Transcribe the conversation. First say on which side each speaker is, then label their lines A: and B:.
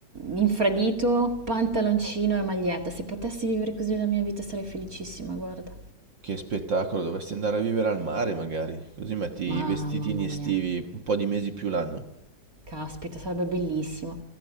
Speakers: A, on the right (about 35°); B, on the right (about 70°).
A: infradito, pantaloncino e maglietta. Se potessi vivere così la mia vita sarei felicissima, guarda.
B: Che spettacolo, dovresti andare a vivere al mare magari, così metti i
A: Ma
B: vestitini
A: mamma
B: estivi
A: mia,
B: un po' di mesi più l'anno.
A: caspita, sarebbe bellissimo.